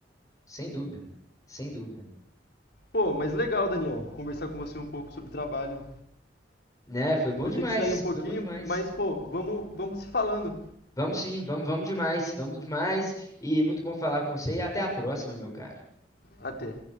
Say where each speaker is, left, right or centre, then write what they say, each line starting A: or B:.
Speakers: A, on the left (about 20°); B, on the left (about 60°).
A: Sem dúvida. Sem dúvida.
B: Pô, mas legal, Daniel, conversar com você um pouco sobre trabalho.
A: Né, foi bom
B: Eu vou
A: demais,
B: ter que sair um pouquinho,
A: foi bom demais.
B: mas pô, vamos, vamos se falando.
A: Vamos sim, vamos, vamos demais, vamos demais. E muito bom falar com você e até a próxima, meu cara.
B: Até.